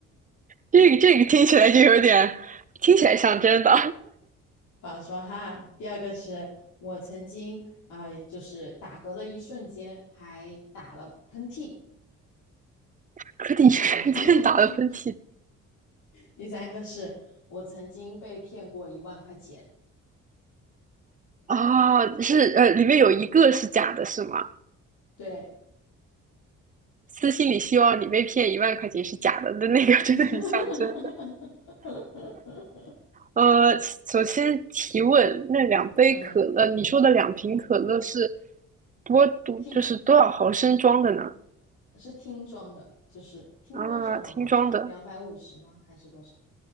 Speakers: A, on the right; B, on the left.
A: 这个这个听起来就有点，听起来像真的，
B: 保说哈，第二个是我曾经啊、呃就是打嗝的一瞬间还打了喷嚏，
A: <laughs> 可你瞬间打了喷嚏
B: 然后 <laughs> 第三个是我曾经被骗过一万块钱，
A: 啊，哦是呃，里面有一个是假的，是吗？
B: 对，
A: 私信里希望你被骗一万块钱是假的的那个真的很像真的。
B: <laughs>
A: 呃，首先提问，那两杯可乐，
B: 嗯，
A: 你说的两瓶可乐是多多，
B: 听
A: 就是多少毫升装的呢？
B: 是听装的，就是听装是多少毫升啊？
A: 啊，听装的
B: 两百五十吗？还是多少？